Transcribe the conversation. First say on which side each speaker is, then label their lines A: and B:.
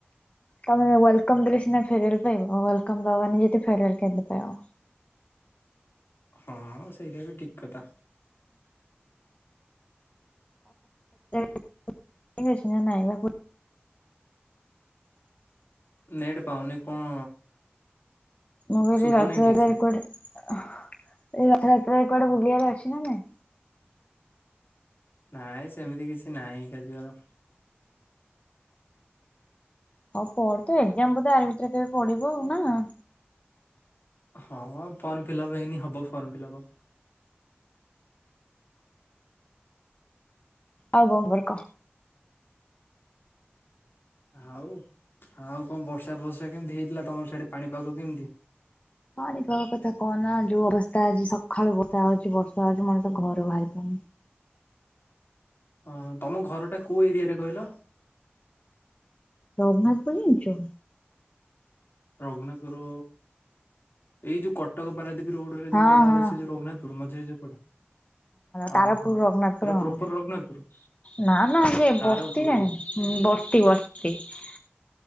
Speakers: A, on the left; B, on the left.
A: ତମେ ୱେଲକମ ଦେଲେ ସିନା ଫେର୍ୱେଲ ପାଇବ ଆଉ ୱେଲକମ ଦବନି ଯଦି ଫେରୱଲ କେମିତି ପାଇବ?
B: ହଁ ସେଇଟା ବି ଠିକ କଥା।
A: <inaudible> ଆଛି ନା ନାଇଁ ବା?
B: ନେଟ ପାଉନି କଣ
A: ମୋ ଘରେ
B: ଶୁଭୁନି
A: ରଥ
B: ଠିକ
A: ଯାତ୍ରାରେ
B: ସେ।
A: କୁଆଡ଼େ ହ ଏ ରଥ ଯାତ୍ରାରେ କୁଆଡ଼େ ବୁଲିବାକୁ ଅଛି ନା ନାଇଁ?
B: ନାଇଁ ସେମିତି କିଛି ନାଇଁ ଏକା ଯିବାର।
A: ହଉ ପଢ, ତୋ ଏକ୍ସାମ ବୋଧେ ଆରି ଭିତରେ କେବେ ପଡ଼ିବ ଆଉ ନା?
B: ହଁ ଫର୍ମ ଫିଲପ୍ ହେଇନି ହବ ଫର୍ମ ଫିଲପ୍ ।
A: ଆଉ କଣ୍ ଖବର କହ।
B: ଆଉ ଆଉ କଣ ବର୍ଷା ଫର୍ଷା କେମିତି ହେଇଥିଲା ତମର ସିଆଡ଼େ ପାଣିପାଗ କେମିତି?
A: ପାଣିପାଗ କଥା କହନା ଯୋଉ ଅବସ୍ଥା ଆଜି ସଖାଳୁ ବର୍ଷା ହଉଛି ବର୍ଷା ହଉଛି ମଣିଷ ଘରୁ ବାହାରି ପାରୁନି ।
B: ହଁ ତମ ଘର ଟା କୋଉ ଏରିଆରେ କହିଲ?
A: ରଘୁନାଥକୁ ଚିହ୍ନିଛୁ?
B: ରଘୁନାଥପୁରୁ ଏଇ ଯୋଉ କଟକ ପାରାଦୀପ ରୋଡ ରେ
A: ହଁ
B: ଯୋଉ ଗଲାବେଳେ
A: ହଁ।
B: ସେ ଯଉ ରଘୁନାଥପୁରୁ ମଝିରେ ଯଉ ପଡ଼େ? ହଁ
A: ତାରପୁର
B: ହଁ
A: ରଘୁନାଥପୁର
B: ପୁରା ପ୍ରୋପର
A: ହଁ
B: ରଘୁନାଥପୁର?
A: ନା ନା ସେ
B: ତାରପୁର
A: ବର୍ତ୍ତି ଜାଣିଚି ବର୍ତ୍ତି ବର୍ତ୍ତି ।